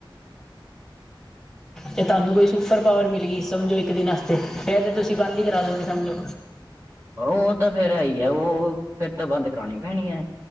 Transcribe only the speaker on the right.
ਉਹ ਤਾਂ ਫੇਰ ਹੈ ਹੀ ਆ। ਉਹ ਫਿਰ ਤਾਂ ਬੰਦ ਕਰਾਉਣੀ ਪੈਣੀ ਐ।